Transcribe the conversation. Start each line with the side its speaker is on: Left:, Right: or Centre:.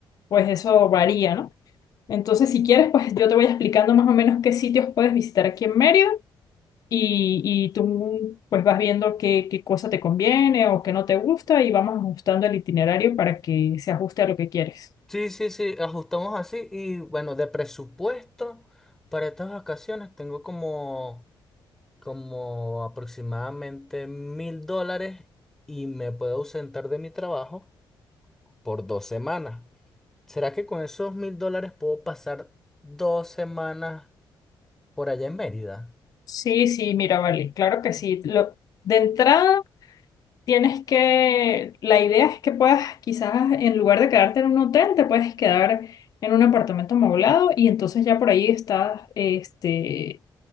Left: pues eso varía, ¿no? Entonces, si quieres, pues yo te voy explicando más o menos qué sitios puedes visitar aquí en Mérida y, y tú pues vas viendo qué, qué cosa te conviene o qué no te gusta y vamos ajustando el itinerario para que se ajuste a lo que quieres.
Centre: Sí, sí, sí, ajustamos así y bueno, de presupuesto para estas vacaciones tengo como, como aproximadamente mil dólares y me puedo ausentar de mi trabajo por dos semanas. ¿Será que con esos mil dólares puedo pasar dos semanas por allá en Mérida?
Left: Sí, sí, mira, vale, claro que sí. Lo, de entrada tienes que, la idea es que puedas quizás en lugar de quedarte en un hotel, te puedes quedar en un apartamento amoblado y entonces ya por ahí estás, este,